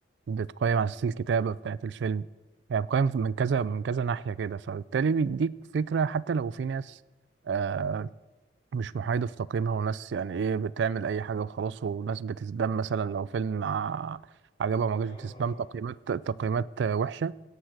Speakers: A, on the right; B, on the left.
A: بتقيم على أساس الكتابة بتاعت الفيلم يعني بتقيم من كذا من كذا ناحية كده فبالتالي بيديك فكرة حتى لو في ناس آه مش محايدة في تقييمها وناس يعني إيه بتعمل أي حاجة وخلاص وناس بتسبام مثلا لو فيلم ع- عجبها ما عجبش
B: آه آه
A: بتسبام
B: آه
A: تقييمات تقييمات آه، وحشة